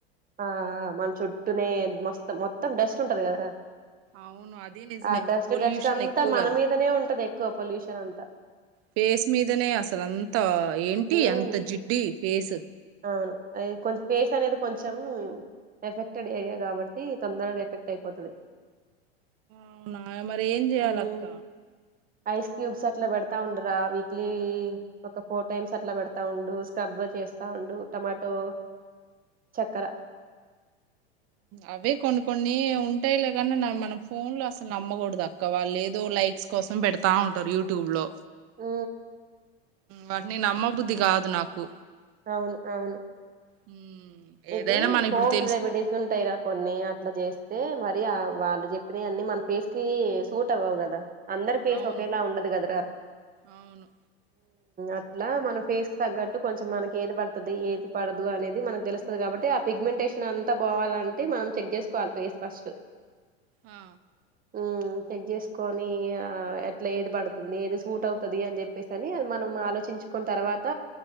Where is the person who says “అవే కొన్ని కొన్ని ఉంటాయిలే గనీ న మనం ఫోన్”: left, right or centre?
Right